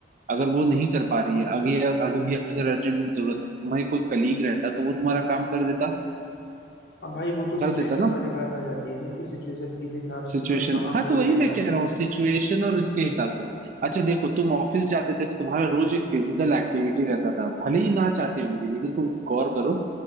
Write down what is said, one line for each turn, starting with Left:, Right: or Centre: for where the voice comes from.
Right: अगर वो नहीं कर पा रही है अभी अभी भी अगर अर्जेंट में जरूरत है तुम्हारे कोई कलीग रहता तो वो तुम्हारा काम कर देता
Left: अब भाई वो तो सिचुएशन
Right: कर देता ना
Left: वाली बात आ जाती है ना कि सिचुएशन किस हिसाब
Right: सिचुएशन
Left: से कब कहाँ
Right: हाँ
Left: मोड़
Right: तो वही
Left: लेगा
Right: मैं कह रहा हूँ सिचुएशन और उसके हिसाब से अच्छा देखो तुम ऑफिस जाते थे तो तुम्हारा रोज एक फिजिकल एक्टिविटी रहता था भले ही ना चाहते हुए भी लेकिन तुम गौर करो